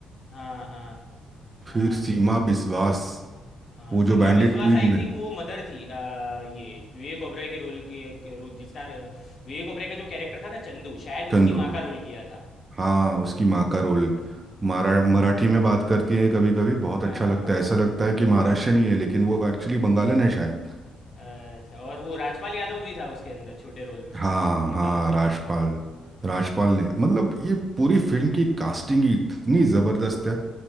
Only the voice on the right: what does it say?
फिर सीमा
बिस्वास
वो
जो बैंडिट
क्वीन
में
चंदू
हाँ उसकी माँ का रोल मारा मराठी में बात करती है कभी कभी बहुत
अच्छा लगता है
ऐसा लगता है
कि
महाराष्ट्रियन ही है लेकिन वो एक्चुअली बंगालन है शायद
हाँ
हाँ
राजपाल राजपाल ने मतलब ये पूरी फिल्म की कास्टिंग ही इतनी ज़बरदस्त है